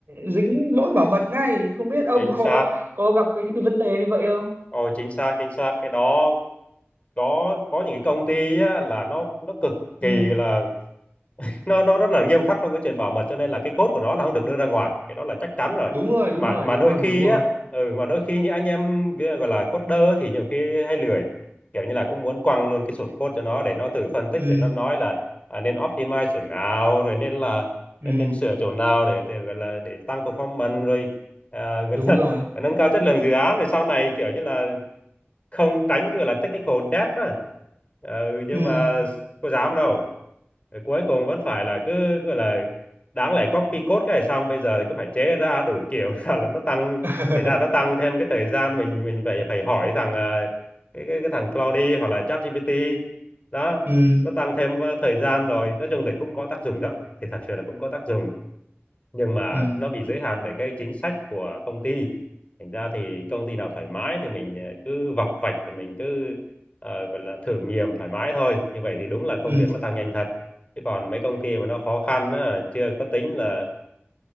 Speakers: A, on the right (about 55°); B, on the left (about 30°).
A: dính lỗi bảo mật ngay không biết ông
B: chính
A: có
B: xác
A: có gặp cái những cái vấn đề như vậy không
B: ôi chính xác chính xác cái đó có có những cái công ty á, là nó nó cực kỳ
A: ừ
B: là nó nó rất là nghiêm khắc trong cái chuyện bảo mật cho nên là cái code của nó là không được đưa ra ngoài cái đó là chắc chắn rồi
A: đúng rồi đúng
B: mà
A: rồi
B: mà
A: đúng
B: đôi
A: rồi
B: khi
A: đúng rồi
B: á ừ, mà đôi khi những anh em gọi là coder thì nhiều khi hay lười kiểu như là cũng muốn quăng luôn cái source code cho nó để nó tự phân tích
A: ừ
B: để nó nói là à, nên optimize chỗ nào rồi nên là
A: ừ
B: nên nên sửa chỗ nào để, để gọi là để tăng performance rồi à, gọi
A: đúng
B: là
A: rồi
B: <laughs> nâng cao chất lượng dự án rồi sau này kiểu như là không tránh cái gọi là technical debt á ừ, nhưng
A: ừ
B: mà có dám đâu rồi cuối cùng vẫn phải là cứ gọi là đáng lẽ copy code cái này xong bây giờ thì cứ phải chế ra đủ kiểu <laughs> nào là nó tăng
A: <laughs>
B: thành ra nó tăng thêm cái thời gian mình mình phải phải hỏi thằng à, cái cái, cái thằng Claude hoặc là ChatGPT đó
A: ừ
B: nó tăng thêm ờ, thời gian rồi nói chung thì cũng có tác dụng đó thì thật sự là cũng có tác dụng nhưng mà
A: ừ
B: nó bị giới hạn bởi cái chính sách của công ty thành ra thì công ty nào thoải mái thì mình ờ, cứ vọc vạch thì mình cứ ờ, gọi là thử nghiệm thoải mái thôi như vậy thì đúng là công
A: ừ
B: việc nó tăng nhanh thật chứ còn mấy công ty mà nó khó khăn á, chưa có tính là